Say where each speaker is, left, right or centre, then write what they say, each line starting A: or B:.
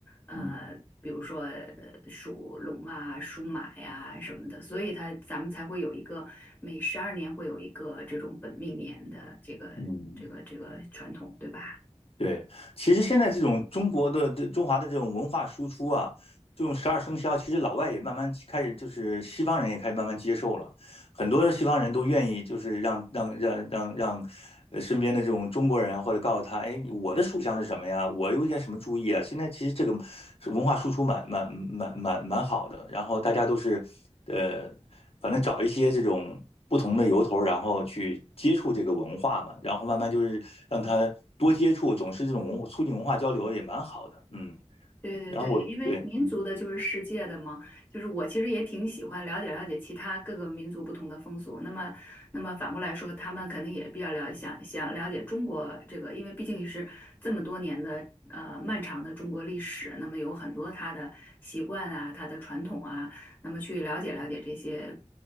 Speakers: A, on the left; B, on the left.
A: 呃，
B: 嗯
A: 比如说呃属龙啊、属马呀、什么的，所以它咱们才会有一个每十二年会有一个这种本命年的这个这个这个传统，
B: 嗯，
A: 对吧？
B: 对，其实现在这种中国的这中华的这种文化输出啊，这种十二生肖，其实老外也慢慢开始，就是西方人也开始慢慢接受了。很多的西方人都愿意，就是让让让让让，呃，身边的这种中国人啊或者告诉他，哎，我的属相是什么呀？我有点什么注意啊？现在其实这个是文化输出蛮蛮蛮蛮蛮好的，然后大家都是，呃，反正找一些这种不同的由头，然后去接触这个文化嘛，然后慢慢就是让他多接触，总是这种文促进文化交流也蛮好的，嗯，
A: 对对对，
B: 然后我对，
A: 因为民族的就是世界的嘛，
B: 嗯，
A: 就是我其实也挺喜欢了解了解其他各个民族不同的风俗。那么，那么反过来说，他们肯定也比较了想想了解中国这个，因为毕竟也是这么多年的呃漫长的中国历史，那么有很多他的习惯啊，他的传统啊，那么去了解了解这些。